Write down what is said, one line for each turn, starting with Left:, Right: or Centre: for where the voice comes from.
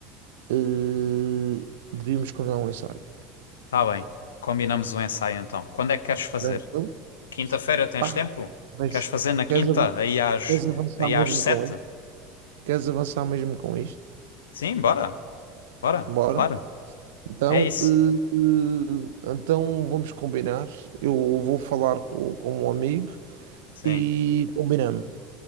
Right: eh, devíamos combinar um ensaio.
Left: Tá bem. Combinamos o ensaio então. Quando é que queres fazer?
Right: Tranquilo?
Left: Quinta-feira tens
Right: Pá,
Left: tempo?
Right: mas
Left: Queres fazer na quinta?
Right: queres avan-
Left: Aí às,
Right: queres avançar
Left: aí
Right: mesmo
Left: às sete?
Right: com Queres avançar mesmo com isto?
Left: Sim, bora. Bora,
Right: Bora.
Left: claro.
Right: Então,
Left: É isso.
Right: eh, eh, então vamos combinar. Eu vou falar com, com um amigo
Left: Sim.
Right: e combinamos.